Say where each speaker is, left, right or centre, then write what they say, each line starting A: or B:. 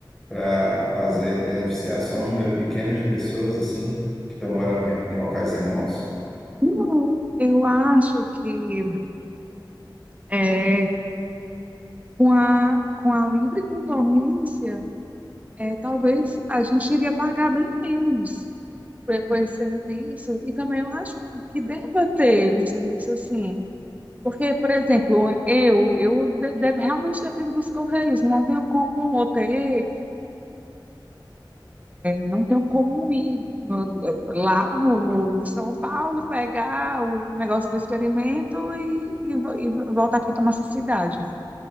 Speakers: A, in the centre; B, on the right.
A: para fazer beneficiar só um número pequeno de pessoas assim que estão morando em re- em locais remotos?
B: não. Eu acho que é, com a, com a livre concorrência, é, talvez a gente iria pagar bem menos por, por esse serviço. E também eu acho que deva ter um serviço assim. Porque, por exemplo, eu, eu de- de- realmente dependo dos correios, não tenho como ou ter não tenho como ir no- no- lá no, no- em São Paulo, pegar o negócio do experimento e, e vo- e voltar aqui para nossa cidade.